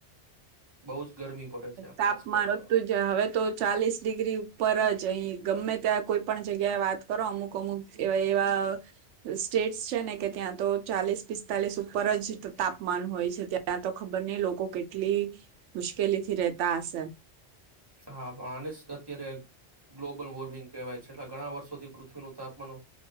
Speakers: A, on the right; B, on the right.
A: બઉ જ ગરમી પડે છે આપ-
B: તાપમાન
A: આજકાલ તો
B: હતતુંજ, હવે તો ચાલીસ ડિગ્રી ઉપરજ, અહી ગમે ત્યાં કોઈ પણ જગ્યાએ વાત કરો અમુક અમુક એવા એવા સ્ટેટ્ છે ને, કે ત્યાં તો ચાલીસ પિસ્તાલીસ ઉપરજ તાપમાન હોય છે, ત્યાં તો ખબર નઈ લોકો કેટલી મુશ્કે કેલીથી રેહતા હશે.
A: હા, પણ <unintelligible> અત્યારે ગ્લોબલ વોર્મિંગ કેહેવાય, છેલ્લા ઘણા વર્ષોથી પૃથવીનું તાપમાનું